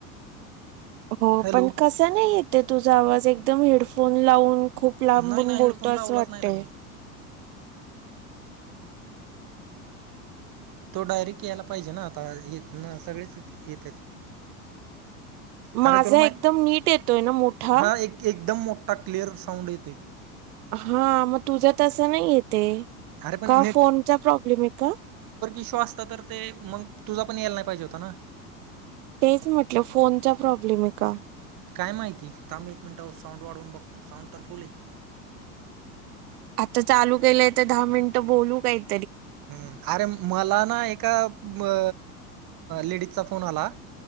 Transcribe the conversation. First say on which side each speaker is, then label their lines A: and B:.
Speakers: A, on the right; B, on the right.
A: हो
B: हॅलो
A: पण कसा नाही येते तुझा आवाज एकदम हेडफोन लावून खुप लांबून
B: नाही ना
A: बोलतो
B: हेडफोन लावलाच
A: असं वाटतय
B: नाही ना मी तो डायरेक्ट यायला पाहिजे ना आता हितन सगळेच येतेत अरे
A: माझा
B: तुला माहित
A: एकदम नीट येतोय ना मोठा
B: हा एक एकदम मोठ आता क्लिअर साऊंड येतोय
A: हा मग तुझं तसं नाहीये ते
B: अरे पण
A: का फोनचा प्रॉब्लेम आहे का
B: इशू असता तर ते मग तुझा पण यायला नाही पाहिजे होता ना
A: तेच म्हटलं फोनचा प्रॉब्लेम आहे का
B: काय माहिती थांब एक मिनिटावर साऊंड वाढवून बघतो साऊंड तर फुल्ल आहे
A: तर चालू केलंय तर दहा मिनिट बोलू काही
B: हम् अरे मला ना एका अ लेडीजचा फोन आला